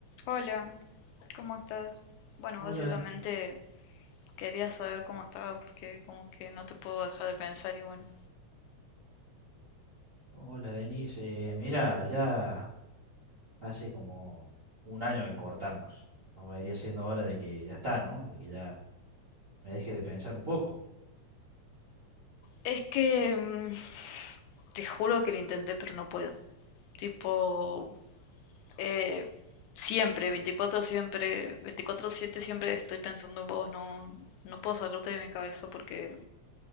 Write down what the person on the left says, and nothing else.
Hola, ¿cómo estás? Bueno,
básicamente quería saber cómo estabas porque como que no te puedo dejar de pensar y bueno.
Es que mm, te juro que lo intenté pero no puedo. Tipo, eh, siempre, 24 siempre, 24/7 siempre estoy pensando en vos, no, no puedo sacarte de mi cabeza porque